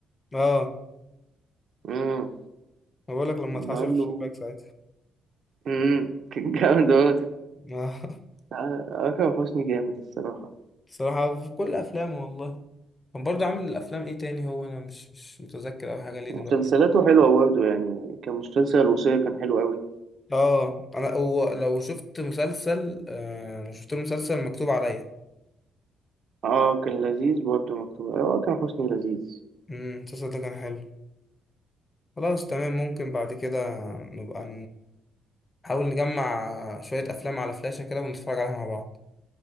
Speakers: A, on the left (about 25°); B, on the right (about 60°).
A: اه
B: امم
A: أنا بقول لك لما اتحشى
B: ما قال
A: في الشباك
B: له
A: ساعتها
B: امم كان <laughs> جامد أوي.
A: آه. <laughs>
B: آه، أكرم حسني جامد الصراحة
A: بصراحة في كل أفلامه والله كان برضه عامل الأفلام إيه تاني هو أنا مش مش متذكر أوي حاجة ليه
B: مسلسلاته
A: دلوقتي
B: حلوة برضه يعني كان مسلسل الوصية كان حلو أوي
A: اه أنا هو لو شفت مسلسل آه لو شفت له مسلسل مكتوب عليا
B: اه كان لذيذ برضه مكتوب اه أكرم حسني لذيذ
A: امم المسلسل ده كان حلو خلاص تمام ممكن بعد كده نبقى نحاول نجمع شوية أفلام على فلاشة كده ونتفرج عليها مع بعض